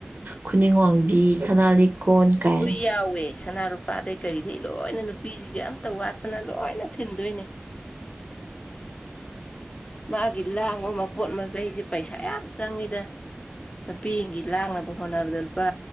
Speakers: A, on the right; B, on the left.
A: ꯈꯨꯅꯤꯡ ꯋꯥꯡꯕꯤ ꯁꯅꯥ ꯂꯤꯛꯀꯣꯟ ꯀꯥꯏꯅ
B: ꯂꯣꯏ ꯌꯥꯎꯋꯦ ꯁꯅꯥꯂꯨꯄꯥꯗꯩ ꯀꯩꯗꯩ ꯂꯣꯏꯅ ꯅꯨꯄꯤꯖꯤꯒꯤ ꯑꯝꯇ ꯋꯥꯠꯇꯅ ꯂꯣꯏꯅ ꯊꯤꯟꯗꯣꯏꯅꯦ ꯃꯥꯒꯤ ꯂꯥꯡꯕ ꯃꯄꯣꯠ ꯃꯆꯩꯖꯦ ꯄꯩꯁꯥ ꯌꯥꯝ ꯆꯪꯉꯤꯗ ꯅꯨꯄꯤꯒꯤ ꯂꯥꯡꯅꯕ ꯍꯣꯠꯅꯕꯗ ꯂꯨꯄꯥ